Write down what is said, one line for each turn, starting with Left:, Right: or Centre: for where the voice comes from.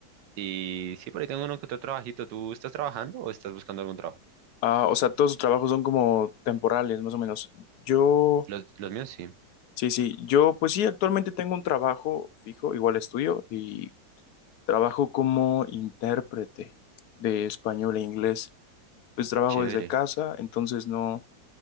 Right: Y sí, por ahí tengo uno que otro trabajito. ¿Tú estás trabajando o estás buscando algún trabajo?
Left: Ah, o sea, todos tus trabajos son como temporales, más o menos. Yo,
Right: Los, los míos sí,
Left: sí, sí, yo pues sí, actualmente tengo un trabajo fijo, igual estudio, y trabajo como intérprete de español e inglés. Pues trabajo
Right: chévere.
Left: desde casa, entonces no,